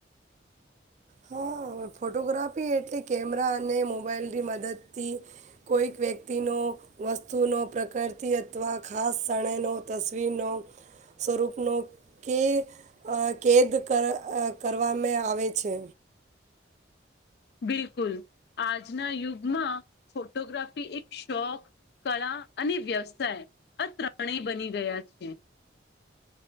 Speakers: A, on the right; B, on the left.
A: હા ફોટોગ્રાફી એટલે કેમેરા અને મોબાઈલની મદદથી કોઈક વ્યક્તિનો વસ્તુનો પ્રકારતિ અથવા ખાસ શણેનો તસવીરનો સ્વરૂપનો કે અ કેદ કર કરવામે આવે છે.
B: બિલકુલ આજના યુગમાં ફોટોગ્રાફી એક શોખ કળા અને વ્યવસાય આ ત્રણેય બની ગયા છે.